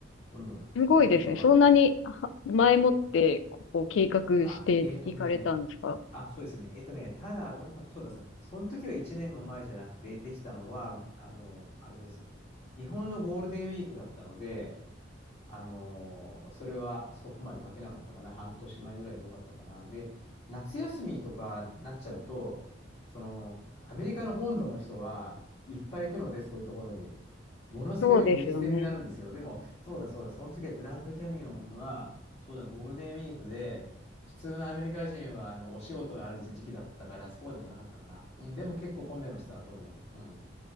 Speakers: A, on the left (about 35°); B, on the left (about 85°).
A: うん、
B: すごいですね。
A: そこに泊まって。
B: そんなには前もって、ここう計画していかれたんですか
A: あ、えーとね、あ、そうですね。えーとね、ただ、どんな、そうだそうだ、その時は1年も前じゃなくて、できたのは、あの、あれです。日本のゴールデンウィークだったので、あのーそれはそこまで書けなかったかな。半年前ぐらいでよかったかな。で、夏休みとかなっちゃうと、その、アメリカの本土の人はいっぱい行くので、そういうところに。ものすごい激戦になるんですよ。
B: そうですよね。
A: でも、そうだそうだ、その時はグランドキャニオンは、そうだ、ゴールデンウィークで、普通のアメリカ人はあのお仕事がある時期だったから、そうでもなかったかな。うん、でも結構混んでました、撮るの。うん。